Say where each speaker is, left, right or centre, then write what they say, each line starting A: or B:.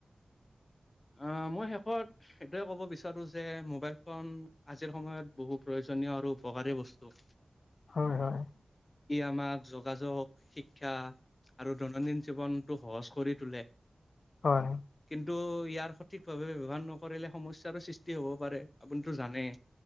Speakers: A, on the left (about 35°); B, on the left (about 85°).
A: অ' মই শেষত এইটোৱে ক'ব বিচাৰোঁ যে, মোবাইল ফোন আজিৰ সময়ত বহু প্ৰয়োজন। প্ৰয়োজনীয় আৰু উপকাৰী বস্তু।
B: হয়, হয়,
A: ই আমাক যোগাযোগ, শিক্ষা আৰু দৈনন্দিন জীৱনটো সহজ কৰি তোলে।
B: হয়,
A: টো, ইয়াৰ সঠিক ভাৱে ব্যৱহাৰ নকৰিলে সমস্যাৰো সৃষ্টি হ'ব পাৰে, আপুনিটো জানে।